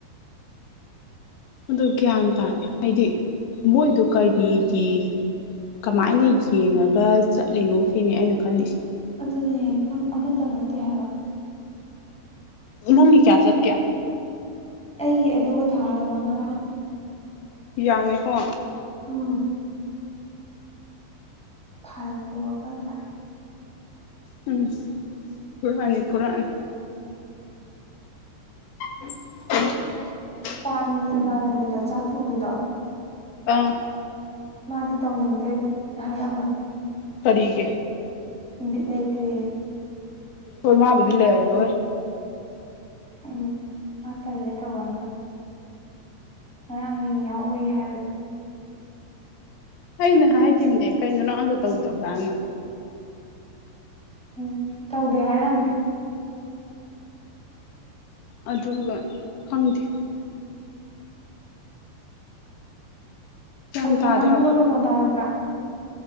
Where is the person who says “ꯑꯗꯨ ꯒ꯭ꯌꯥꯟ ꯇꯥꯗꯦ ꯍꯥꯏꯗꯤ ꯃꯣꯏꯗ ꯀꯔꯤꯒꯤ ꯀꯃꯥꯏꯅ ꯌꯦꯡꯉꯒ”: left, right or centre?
Left